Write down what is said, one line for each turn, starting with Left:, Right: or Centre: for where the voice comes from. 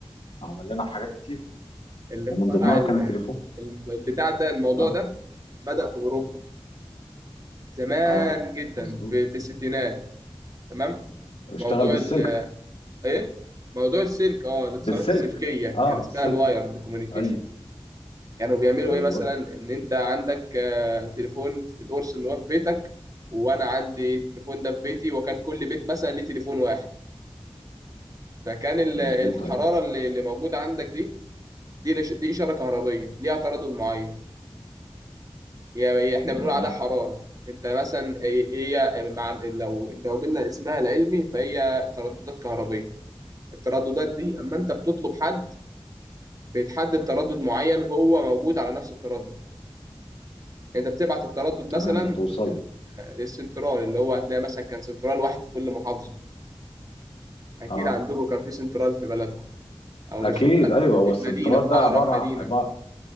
Left: عمل لنا حاجات كتير
Right: اللي
Left: ومن
Right: اخترع
Left: ضمنها
Right: ال-
Left: كان التليفون
Right: الم- البتاع ده الموضوع
Left: اه
Right: ده بدأ في أوروبا زمان
Left: اه
Right: جدا
Left: مظبوط
Right: في في الستينات تمام
Left: اشتغل
Right: موضوع
Left: بالسلك
Right: ال ايه موضوع السلك اه الاتصالات
Left: بالسلك
Right: السلكيه
Left: اه
Right: كان اسمها
Left: بالسلك
Right: الوايرد كوميونيكيشن
Left: ايوه
Right: يعني بيعملوا
Left: ايوه
Right: ايه مثلا ان انت عندك آه، تليفون في القرص اللي هو في بيتك وانا عندي التليفون ده في بيتي وكان كل بيت مثلا ليه تليفون واحد فكان ال-
Left: مظبوط
Right: الحراره
Left: ايوه
Right: اللي اللي موجوده عندك دي دي لش- دي اشاره كهربيه ليها تردد معين هي احنا
Left: مهم.
Right: بنقول عليها حرارة انت مثلا هي هي مع- لو لو قلنا اسمها العلمي فهي ترددات كهربية الترددات دي اما انت بتطلب حد بتحدد تردد معين هو موجود على نفس التردد انت بتبعت التردد مثلا
Left: تمام وتوصل
Right: آه، للسنترال اللي هو هتلاقي مثلا كان سنترال واحد في كل محافظة اكيد
Left: اه
Right: عندكم كان في سنترال في بلدكم او
Left: اكيد
Right: مش في بلدكم
Left: ايوه هو
Right: في المدينة
Left: السنترال
Right: في
Left: ده
Right: اقرب
Left: عبارة
Right: مدينة
Left: عبارة